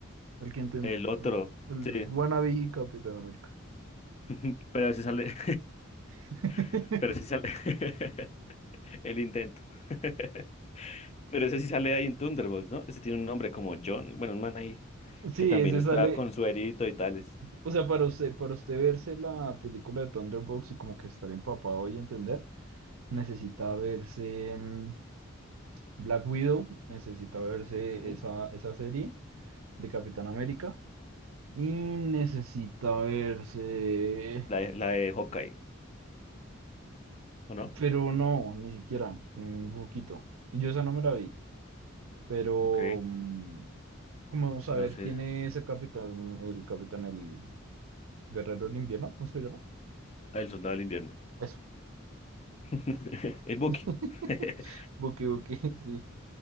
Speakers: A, on the right; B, on the left.
A: el que inten-
B: El otro,
A: el
B: sí.
A: wannabe Capitán América.
B: <laughs> Pero ese sale.
A: <laughs>
B: <laughs> Pero sí sale. <laughs> El intento. <laughs> Pero ese sí sale ahí en Thunderbolts, ¿no? Ese tiene un nombre como John. Bueno, un man ahí
A: Sí,
B: que también
A: ese
B: está
A: sale,
B: con suerito y tales.
A: o sea, para usted, para usted verse la película de Thunderbolts y como que estar empapado y entender, necesita verse mm, Black Widow, necesita verse
B: Ujú.
A: esa, esa serie de Capitán América Y necesita verse,
B: La de, la de Hawkeye, ¿o no?
A: pero no, ni siquiera, un poquito. Yo esa no me la vi, pero
B: Ok. Eh,
A: mm, como saber
B: No sé.
A: quién es el capitán, el capitán, el guerrero del invierno, ¿cómo se llama?
B: Ah, El soldado del invierno.
A: Eso,
B: <laughs> El Bucky.
A: <laughs>
B: <laughs>
A: Bucky Bucky, sí,